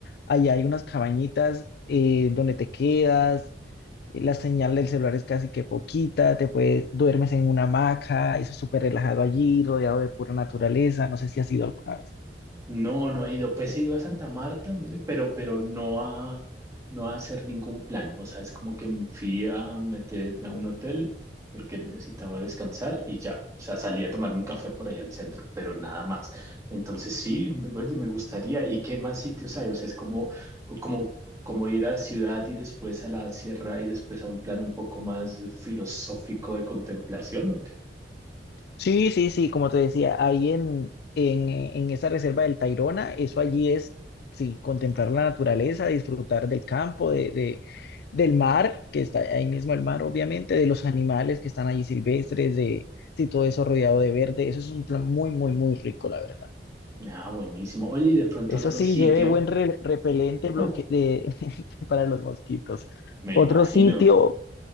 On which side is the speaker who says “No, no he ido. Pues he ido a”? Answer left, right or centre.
Right